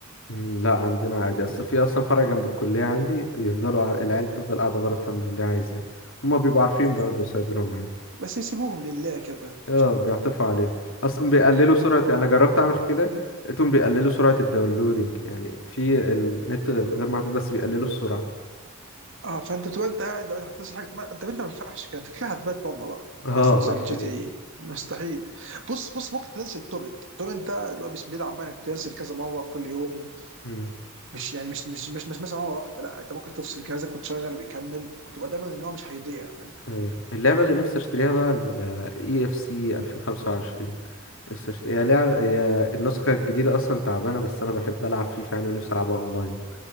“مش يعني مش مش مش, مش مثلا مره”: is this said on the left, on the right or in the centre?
Right